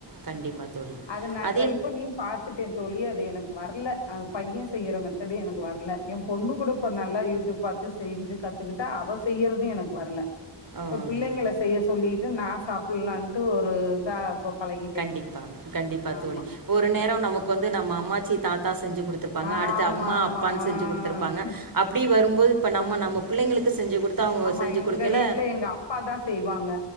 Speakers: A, on the right (about 50°); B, on the left (about 90°).
A: கண்டிப்பா தோழி
B: அத நா
A: அத்
B: ட்ரை பண்ணியு பாத்துட்டே தோழி அது எனக்கு வர்ல அந்த பையன் செய்யுற மெத்தேடு எனக்கு வர் இல்ல ஏம்பொண்ணு கூட இப்ப நல்லா யூடியூப் பாத்து செய்ஞ்சு கத்துக்கிட் ட்டா அவ செய்யறது எனக்கு வரல
A: ஆ
B: இப்ப பிள்ளைங்கள செய்ய சொல்லிட்டு நா சாப் லான்ட்டு ஒரு இதா பழகிட்டே
A: கண்டிப்பா கண்டிப்பா தோழி
B: ஆமா
A: ஒரு நேரோ நமக்கு வந்து நம்ம அம்மாச்சி தாத்தா செஞ்சி குடுத்திருப்பாங்க
B: ஆமா
A: அடுத்த அம்மா
B: ஆமா
A: அப்பானு
B: ஆ
A: செஞ்சு குடுத்திருப்பாங்க அப்படி வரும் போது இப்ப நம்ம நம்ம பிள்ளைங்களுக்கு செஞ்சு குடுத்து, அவங்க
B: ஆமா
A: செஞ்சு
B: எங்க
A: குடுக்கல
B: வீட்டுல எங்க அப்பாதா செய்வாங்க